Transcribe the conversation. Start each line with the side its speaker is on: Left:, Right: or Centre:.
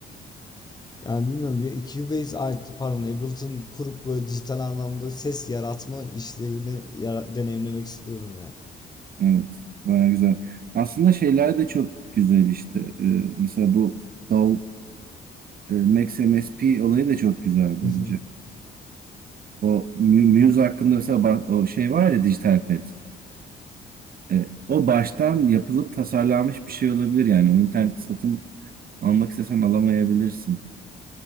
Left: Yani, bilmiyorum ya, Cubase artı pardon, Ableton kurup, böyle, dijital anlamda ses yaratma işlevini yara deneyimlemek istiyorum ya.
Right: Evet, baya güzel. Aslında şeyler de çok güzel işte. Ee, mesela bu Davul, e, Max MSP olayı da çok güzel
Left: <laughs>
Right: bence.
Left: I hı.
Right: O Mu- Muse hakkında mesela ba- o şey var ya Digital Pet. Ee, o baştan yapılıp tasarlanmış bir şey olabilir yani. O internet satın almak istesen alamayabilirsin.